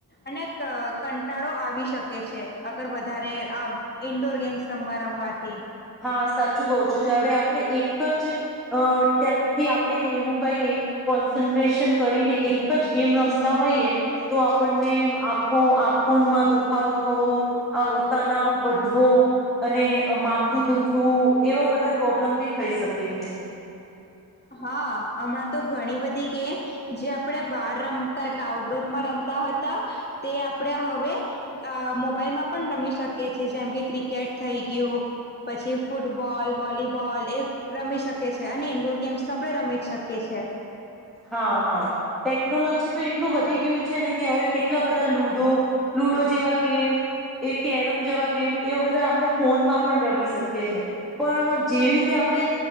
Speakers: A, on the left (about 25°); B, in the centre.
A: અને ક-કંટાળો આવી શકે છે અગર વધારે આમ ઇન્ડોર ગેમ્સ રમવા રમવાથી.
B: હા સાચું કહું છું જયારે આપણે એક જ અ ટકથી આપણે એવું કઈએ કોન્સન્ટ્રેશન કરીને એક જ ગેમ રમતા હોઈએ તો આપણને આંખો આંખોમાં દુખાવો થવો, અ તનાવ વધવો અને માથ થું દુખવું એવા બધા પ્રોબ્લેમ ભી થઈ શકે છે.
A: હા, હમણાં તો ઘણી બધી ગેમ જે આપડે બાર રમતા એટલે આઉટડોરમાં રમતા હતા તે આપણે હવે અ મોબાઈલમાં પણ રમી શકીએ છે. જેમ કે ક્રિ કેટ થઈ ગ્યું પછી ફૂટબોલ, વોલીબોલ એ રમી શકે છે અને ઇન્ડોર ગેમ્સ સપડે રમી જ શકીએ છે.
B: હા હા ટેકનોલોજી તો એટલું વધી ગયું છે ને કે હવે કેટલા બધા લુડો લુડો જેવા ગેમ, એ કેરમ જેવા ગેમ એવા બધા આપણે ફોનમાં પણ રમી શકીએ છે પણ જેવી રીતે આપણે